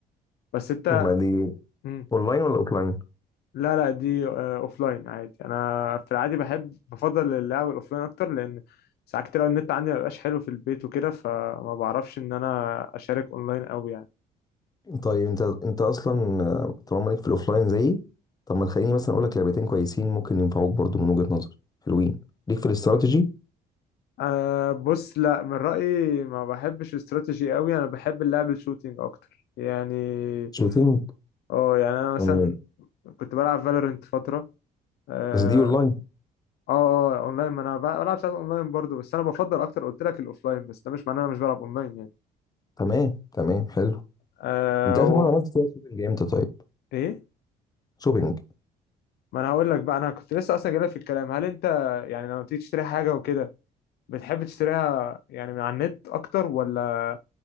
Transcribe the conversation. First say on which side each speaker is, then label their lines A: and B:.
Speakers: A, on the left; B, on the left.
A: بس انت
B: وما دي
A: مم.
B: اونلاين ولا اوفلاين
A: لا لا دي اوف لاين عادي انا في العادي بحب بفضل اللعب الاوف لاين اكتر لان ساعات كتير أوي النت عندي ما بيبقاش حلو في البيت وكده فما بعرفش ان انا اشارك اونلاين قوي يعني
B: طيب انت انت اصلا آه، طالما ليك في الاوفلاين زيي طب ما تخليني مثلا اقول لك لعبتين كويسين ممكن ينفعوك برضو من وجهة نظر حلوين ليك في الاستراتيجي
A: أه بص لا من رأيي ما بحبش استراتيجي قوي انا بحب اللعب الشوتينج اكتر يعني
B: شوتينج
A: اه يعني انا مثلا
B: آه،
A: كنت بلعب فالورنت فترة اه
B: بس دي اونلاين
A: اه آه، اونلاين ما انا بلعب ساعات اونلاين برضو بس انا بفضل اكتر قلت لك الاوفلاين بس ده مش معناه انا مش بلعب اونلاين يعني
B: تمام تمام حلو
A: أه
B: انت اخر
A: و...
B: مره عملت فيها شوبينج امتى طيب
A: ايه
B: شوبينج
A: ما انا هقول لك بقى انا كنت لسه اصلا جايلك في الكلام هل انت يعني لما بتيجي تشتري حاجة وكده بتحب تشتريها يعني من على النت اكتر ولا